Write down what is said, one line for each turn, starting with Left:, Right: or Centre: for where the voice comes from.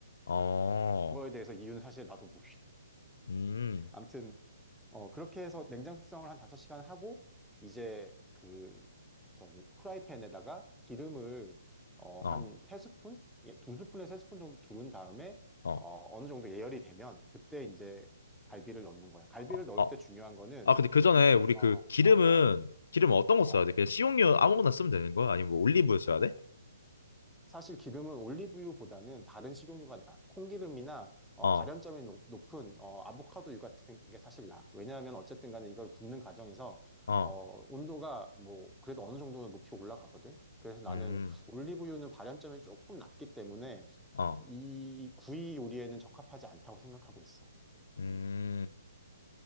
Left: 어,
Centre: 그거에 대해서 이유는 사실 나도 모르.
Left: 음,
Centre: 아무튼 어, 그렇게 해서 냉장 숙성을 한 5시간 하고, 이제 그, 저기, 후라이팬에다가 기름을, 어,
Left: 어,
Centre: 한 세 스푼 예, 스푼에세스푼 정도 두른 다음에,
Left: 어,
Centre: 어, 어느 정도 예열이 되면, 그때 이제 갈비를 넣는 거야. 갈비를
Left: 어,
Centre: 넣을
Left: 어,
Centre: 때 중요한 거는,
Left: 아, 근데 그 전에 우리
Centre: 어,
Left: 그
Centre: 어,
Left: 기름은,
Centre: 어,
Left: 기름 어떤 거 써야
Centre: 어,
Left: 돼? 그냥 식용유 아무거나 쓰면 되는 거야? 아니면 뭐 올리브유 써야
Centre: 어,
Left: 돼?
Centre: 사실 기름은 올리브유보다는 다른 식용유가 나. 콩기름이나 어,
Left: 어,
Centre: 발연점이 높, 은 아보카도유 같은 게 사실 나. 왜냐하면 어쨌든 간에 이걸 굽는 과정에서
Left: 어,
Centre: 어, 온도가 뭐 그래도 어느 정도는 높이 올라가거든. 그래서 나는
Left: 음,
Centre: 올리브유는 발연점이 조금 낮기 때문에
Left: 어,
Centre: 이 구이 요리에는 적합하지 않다고 생각하고 있어.
Left: 음.
Centre: 음.